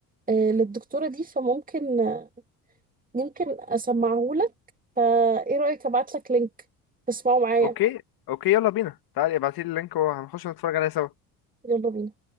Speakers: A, on the right; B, on the left.
A: آه، للدكتوره دي فممكن آه، يمكن اسمعهولك فايه رايك ابعت لك لينك تسمعه معايا
B: اوكي اوكي يلا بينا تعالي ابعتي لي اللينك وهنخش نتفرج عليها سوا
A: يلا بينا